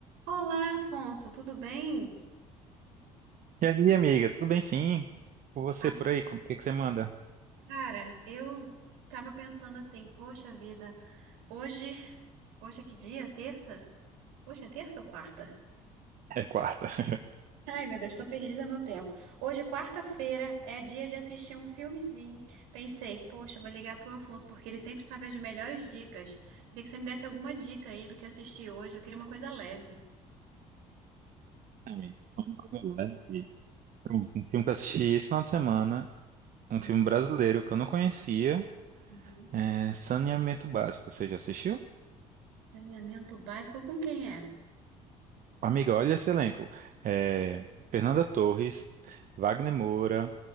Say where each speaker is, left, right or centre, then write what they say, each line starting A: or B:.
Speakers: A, on the right; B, on the right.
A: Olá, Afonso, tudo bem?
B: E aí, amiga, tudo bem sim? Com você
A: Ah,
B: por aí, como o que que você manda?
A: cara, eu tava pensando assim, poxa vida, hoje, hoje é que dia? Terça? Hoje é terça ou quarta?
B: É quarta. <laughs>
A: Ai, meu Deus, tô perdida no tempo. Hoje, quarta-feira, é dia de assistir um filmezinho. Pensei, poxa, vou ligar pro Afonso, porque ele sempre sabe as melhores dicas. Queria que você me desse alguma dica aí do que assistir hoje. Eu queria uma coisa leve.
B: Amigo, uma coisa leve. Pronto, um filme que eu assisti esse final de semana, um
A: Hum,
B: filme brasileiro que eu não conhecia,
A: uhum.
B: é Saneamento Básico. Você já assistiu?
A: Saneamento básico com quem é?
B: Amiga, olha esse elenco. É, Fernanda Torres, Wagner Moura,